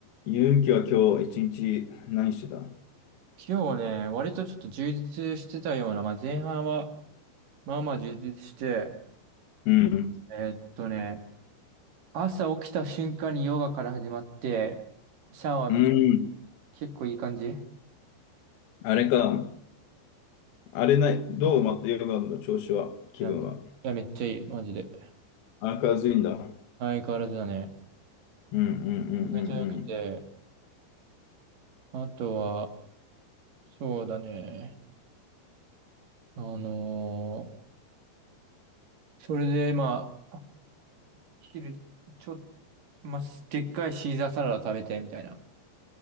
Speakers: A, on the left; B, on the right.
A: 勇気は今日一日何してた
B: 今日はね、割とちょっと充実してたような、まあ、前半は、まあまあ充実して、
A: うん。
B: えーっとね、朝起きた瞬間にヨガから始まって、シャワー浴び、
A: うん。
B: 結構いい感じい
A: あれか。あれない。どうまたヨガの調子は、気分は。
B: や、めいやめっちゃいい、マジで。
A: 明るいんだ。
B: 相変わらずだね。
A: うんうんうんう
B: めっちゃ良くて、
A: んうん。
B: あとは、そうだね、あのーそれでまあ、昼、ちょ、まあ、でっかいシーザーサラダ食べて、みたいな。